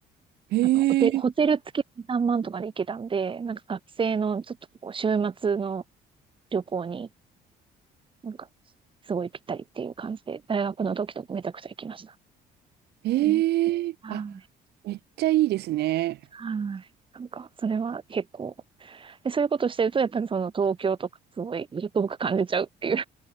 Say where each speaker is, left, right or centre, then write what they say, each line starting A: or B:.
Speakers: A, on the right; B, on the right.
A: へ
B: あのホテ、
A: え。
B: ホテル付きで3万とかで行けたんで、なんか学生のちょっとこう週末の旅行に、なんかすごいぴったりっていう感じで、大学の時とかめちゃくちゃ行きました。
A: ええあ、
B: うんはい
A: めっちゃいいですね。
B: はいなんか、それは結構、で、そういうことしてると、やっぱりその東京とかすごい、遠く感じちゃうっていう